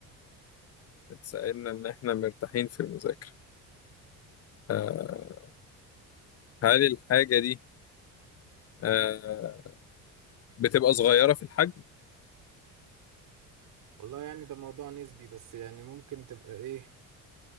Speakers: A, on the left; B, on the right.
A: بتساعدنا إن إحنا مرتاحين في المذاكرة أه هل الحاجة دي أه بتبقى صغيرة في الحجم
B: والله يعني ده موضوع نسبي بس يعني ممكن تبقى ايه